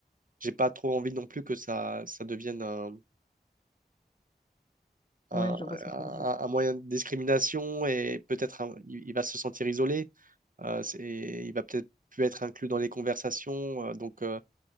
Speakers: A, on the right; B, on the left.
A: j'ai pas trop envie non plus que ça, ça devienne un, un-
B: Oui, je vois ce que tu
A: un-
B: veux dire.
A: un moyen de discrimination et peut-être un- il, il va se sentir isolé, euh, c'est- et il va peut-être plus être inclus dans les conversations. euh, donc, euh,